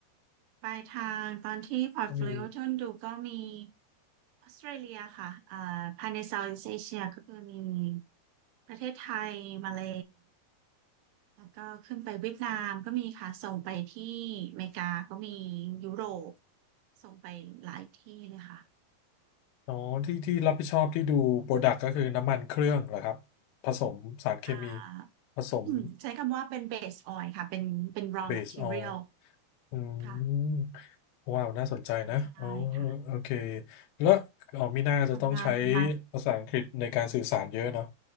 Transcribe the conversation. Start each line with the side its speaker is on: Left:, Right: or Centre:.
Right: ปลายทางตอนที่พอร์ตโฟลิโอที่ดูก็มี
Left: ก็มี
Right: ออสเตรเลียค่ะอ่าภายใน Southeast Asia ก็คือมีประเทศไทยมาเลแล้วก็ขึ้นไปเวียดนามก็มีค่ะส่งไปที่อเมริกาก็มียุโรปส่งไปหลายที่เลยค่ะ
Left: อ๋อที่ที่รับผิดชอบที่ดูโปรดักต์ก็คือน้ำมันเครื่องเหรอครับผสมสารเคมี
Right: อ่าอืมใช้คำว่าเป็น
Left: ผสม
Right: base oil ค่ะเป็นเป็น raw
Left: เบสออยล์
Right: material
Left: อื
Right: ค่ะ
Left: มว้าวน่าสนใจนะอ๋อ
Right: ใช่ค่ะ
Left: โอเคแล้วอ๋อมีน่าจะต้องใช้
Right: ค่ะทำงานมา
Left: ภาษาอังกฤษในการสื่อสารเยอะเนาะ